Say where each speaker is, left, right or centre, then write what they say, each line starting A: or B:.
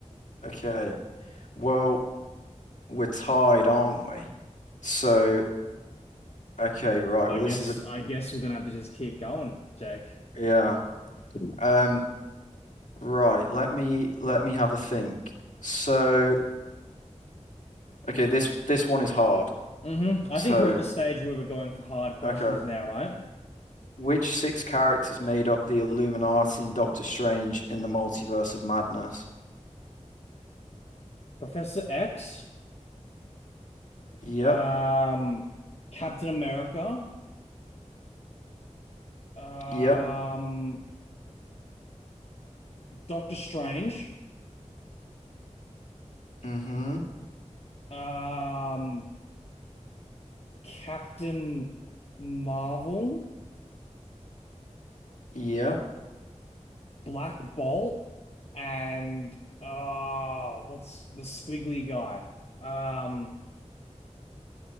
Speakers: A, on the left (about 80°); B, on the left (about 55°).
A: Okay. Well, we're tied, aren't we? So, okay,
B: I, gu-
A: right.
B: I
A: Well, this
B: guess
A: is a
B: I guess we're gonna have to just keep going, Jake.
A: yeah.
B: Hmm.
A: Um. Right, let me let me have a think. So, okay, this this one is hard.
B: hmm I
A: So,
B: think we're at the stage where we're going for hard questions
A: okay,
B: now, right?
A: which six characters made up the Illuminati and Doctor Strange in the Multiverse of Madness?
B: Professor X,
A: Yep,
B: um, Captain America, um,
A: yep,
B: Doctor Strange,
A: mm-hmm,
B: um, Captain Marvel,
A: yep,
B: Black Bolt, and ah, what's the squiggly guy? Um,